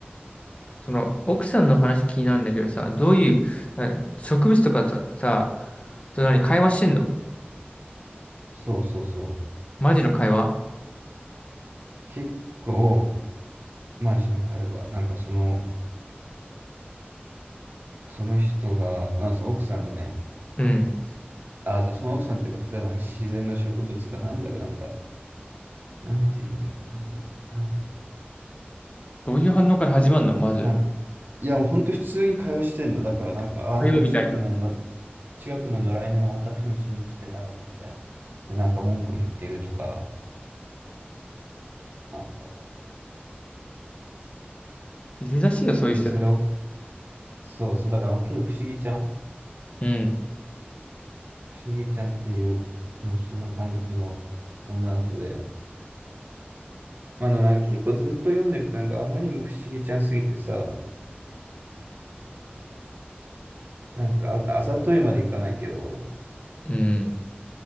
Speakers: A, on the left; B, on the right.
A: その、奥さんの話気になるんだけどさ、どういう、あ植物とかとさ、と何、会話してんの
B: そうそうそう。
A: マジの会話
B: 結構、マジの会話。なんかその、その人が、まあ、その奥さんがね、
A: うん。
B: あ、そうその奥さんっていうか、例えばなんか自然の植物がなんだろう、なんか、なんて言うんだろうな、なんだろう。
A: どういう反応から始まるのまず。
B: なんか、いや、もう本当普通に会話してんの。だからなんか、あ、
A: 会話みたいな。
B: なんか近くのの、近くの野良犬がまた糞しに来たやろ、みたいな。で、なんか文句言ってるとか、あの、
A: いるらしいよ、そういう人。
B: で、それを、そうそう、だから結構不思議ちゃん
A: うん、
B: 不思議ちゃんっていう、うん、そんな感じの女の子で。まあでもなんか結構ずっと読んでるとなんかあまりにも不思議ちゃんすぎてさ、なんかあ、あざといまでいかないけど、
A: うん、